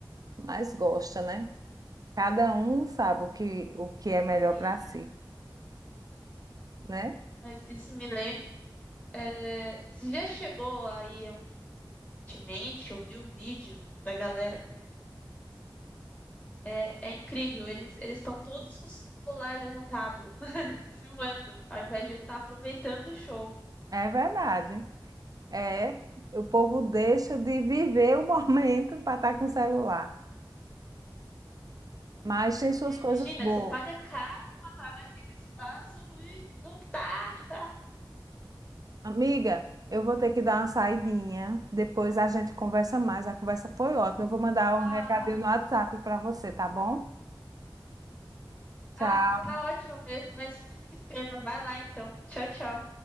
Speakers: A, on the right; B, on the left.
A: mas gosta, né? Cada um sabe o que, o que é melhor
B: E-
A: para si, né?
B: mas isso me lembra, é, você já chegou aí recentemente, ouviu o vídeo da galera? cur- É, é incrível, eles eles estão todos com o celular levantado <laughs> filmando, ao invés de estar aproveitando o show.
A: É verdade. É, o povo deixa de viver o <laughs> momento para estar com o celular. Mas tem suas
B: É, Imagina,
A: coisas boas.
B: você paga caro pra estar naquele espaço e não tá. Ah,
A: Amiga, eu vou ter que dar uma saidinha. Depois a gente conversa mais. A conversa foi ótima. Eu vou mandar um
B: ah,
A: recadinho no WhatsApp para você, tá bom? Tchau.
B: ah, tá ótimo mesmo, mas que pena. Vai lá então. Tchau, tchau.